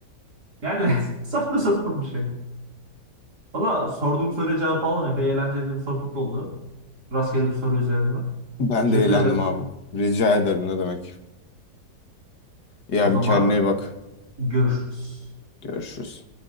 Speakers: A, on the right (about 65°); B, on the left (about 70°).
A: Yani <laughs> saçma sapan bir şey. Valla sorduğum soruya cevap aldım. Epey eğlenceli bir sohbet oldu. Rastgele bir soru üzerinden.
B: Ben
A: Teşekkür
B: de eğlendim
A: ederim.
B: abi. Rica ederim ne demek. Ya
A: O zaman
B: bir kendine iyi bak.
A: görüşürüz.
B: Görüşürüz.